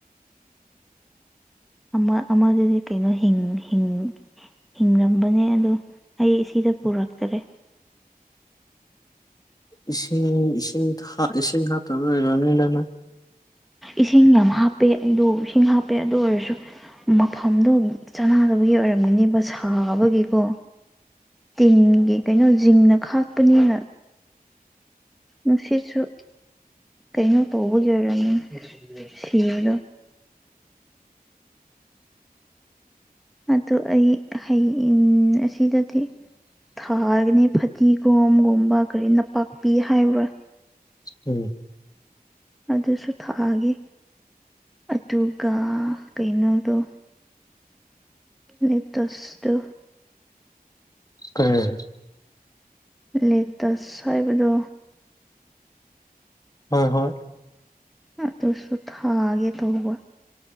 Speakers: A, in the centre; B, on the left.
A: ꯑꯃ ꯑꯃꯗꯨꯗꯤ ꯀꯩꯅꯣ ꯍꯤꯡ ꯍꯤꯡ ꯍꯤꯡꯂꯝꯕꯅꯦ ꯑꯗꯣ ꯑꯩ ꯁꯤꯗ ꯄꯨꯔꯛꯇꯔꯦ
B: ꯏꯁꯤꯡ ꯏꯁꯤꯡ ꯏꯁꯤꯡ ꯍꯞꯇꯕꯩ ꯑꯣꯏꯔꯝꯅꯤꯗꯅ
A: ꯏꯁꯤꯡ ꯌꯥꯝ ꯍꯥꯞꯄꯦ ꯑꯩꯗꯣ ꯏꯁꯤꯡ ꯍꯥꯞꯄꯦ ꯑꯗꯨ ꯑꯣꯏꯔꯁꯨ ꯃꯐꯝꯗꯣ ꯆꯅꯗꯕꯒꯤ ꯑꯣꯏꯔꯝꯒꯅꯦꯕ ꯁꯥꯕꯒꯤꯀꯣ ꯇꯤꯟꯒꯤ ꯀꯩꯅꯣ ꯖꯤꯡꯅ ꯈꯥꯛꯄꯅꯤꯅ ꯉꯥꯁꯤꯁꯨ ꯀꯩꯅꯣ ꯇꯧꯕꯒꯤ ꯑꯣꯏꯔꯝꯅꯤ ꯁꯤꯕꯗꯣ ꯑꯗꯨ ꯑꯩ ꯍꯌꯦꯟ ꯑꯁꯤꯗꯗꯤ ꯊꯥꯒꯅꯤ ꯐꯗꯤꯒꯣꯝꯒꯨꯝꯕ ꯀꯔꯤ ꯅꯄꯥꯛꯄꯤ ꯍꯥꯏꯕ꯭ꯔꯥ
B: ꯎꯝ
A: ꯑꯗꯨꯁꯨ ꯊꯥꯑꯒꯦ ꯑꯗꯨꯒ ꯀꯩꯅꯣꯗꯣ ꯂꯦꯛꯇꯁꯇꯨ
B: ꯀꯩ
A: ꯂꯦꯛꯇꯁ ꯍꯥꯏꯕꯗꯣ
B: ꯍꯣꯏ ꯍꯣꯏ
A: ꯑꯗꯨꯁꯨ ꯊꯥꯒꯦ ꯇꯧꯕ